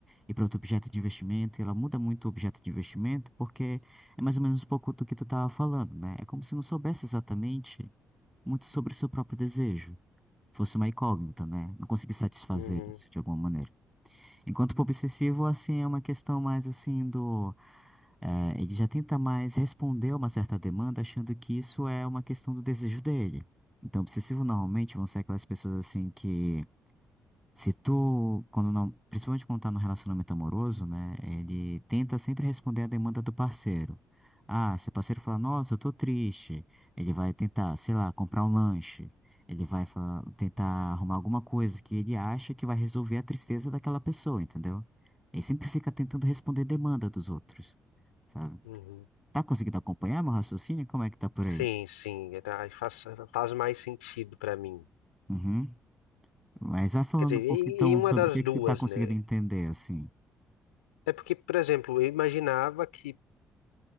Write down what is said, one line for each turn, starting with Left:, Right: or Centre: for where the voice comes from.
Centre: e para outro objeto de investimento, e ela muda muito o objeto de investimento porque é mais ou menos um pouco do que tu tava falando, né? É como se não soubesse exatamente muito sobre o seu próprio desejo. Fosse uma incógnita, né? Não conseguisse satisfazer
Left: Uhum,
Centre: isso de alguma maneira. Enquanto pro obsessivo, assim, é uma questão mais assim do. eh, ele já tenta mais responder a uma certa demanda, achando que isso é uma questão do desejo dele. Então, obsessivo normalmente vão ser aquelas pessoas assim que se tu, quando não, principalmente quando tá no relacionamento amoroso, né, ele tenta sempre responder a demanda do parceiro. Ah, se o parceiro falar, nossa, eu tô triste, ele vai tentar, sei lá, comprar um lanche. Ele vai falar- tentar arrumar alguma coisa que ele acha que vai resolver a tristeza daquela pessoa, entendeu? Ele sempre fica tentando responder demanda dos outros, sabe?
Left: uhum.
Centre: Tá conseguindo acompanhar meu raciocínio? Como é que tá por
Left: Sim,
Centre: aí?
Left: sim. é, tá, aí Faz, faz mais sentido para mim.
Centre: Uhum. Mas vai falando
Left: Quer dizer,
Centre: um pouco
Left: em,
Centre: então
Left: em uma
Centre: sobre
Left: das
Centre: o que
Left: duas,
Centre: que tu tá conseguindo
Left: né?
Centre: entender, assim.
Left: É porque, por exemplo, eu imaginava que